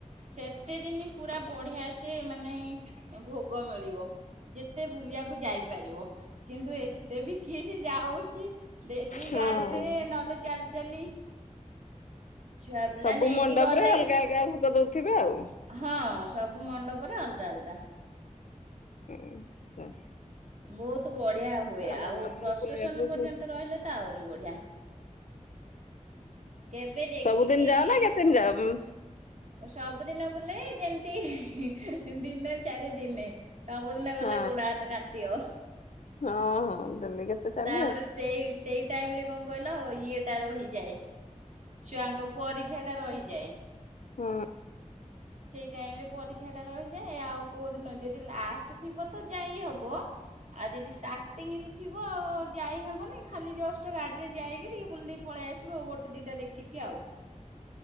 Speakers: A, on the right; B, on the left.
A: ସେତେ ଦିନି ପୁରା ବଢିଆ ସେ ମାନେ ଭୋଗ ମିଳିବ। ଯେତେ ବୁଲିବାକୁ ଯାଇପାରିବ କିନ୍ତୁ ଏତେ ବି କିଏ ସେ ଯାଉଛି ଡେଲି
B: ହଁ।
A: ଗାଡ଼ି ରେ ନହେଲେ ଚାଲି ଚାଲି। ଛୁଆ ପିଲା
B: ସବୁ
A: ନେଇକି
B: ମଣ୍ଡପ
A: ଗଲେ।
B: ରେ ଅଲଗା ଅଲଗା ଭୋଗ ଦଉଥିବେ ଆଉ।
A: ହଁ ସବୁ ମଣ୍ଡପରେ ଅଲଗା ଅଲଗା।
B: <unintelligible>
A: ବହୁତୂ ବଢିଆ ହୁଏ ଆଉ
B: ଭଲ ତମକୁ
A: ପ୍ରଶସନ
B: ବୁଲିବାକୁ
A: ପର୍ଯ୍ୟନ୍ତ
B: ସୁ
A: ରହିଲେ ତ ଆହୁରି ବଢିଆ। କେବେ ଦେଖିକି
B: ସବୁଦିନ ଯାଅ ନା କେତେ ଦିନ ଯାଅମ୍?
A: ସବୁଦିନ ବୋଲେ ଯେମିତି ଦିନେ ଛାଡ଼ି ଦିନେ। ସବୁଦିନ ଗଲେ
B: ହଁ
A: ଗୋଡା ହାତ କାଟିବ।
B: ହଁ ହଁ ଡେଲି କେତେ ଚାଲିବ
A: ତାପରେ ସେଇ ସେଇ ଟାଇମ ରେ କଣ କହିଲ ଇଏ ଟା ରହିଯାଏ। ଛୁଆଙ୍କ ପରୀକ୍ଷା ଟା ରହିଯାଏ।
B: ହୁଁ।
A: ସେଇ ଟାଇମ ରେ ପରୀକ୍ଷା ଟା ରହିଯାଏ ଆଉ କୋଉଦିନ ଯଦି ଲାଷ୍ଟ ଥିବ ତ ଯାଇ ହବ। ଆଉ ଯଦି ଷ୍ଟାର୍ଟିଂ ରୁଥିବ ଯାଇ ହବନି ଖାଲି ଜଷ୍ଟ ଗାଡିରେ ଯାଇକି ଟିକେ ବୁଲ ଦେଇେ ପଳେଇ ଆସ ଉ ଗୋଟେ ଦିଟା ଦେଖିକି ଆଉ।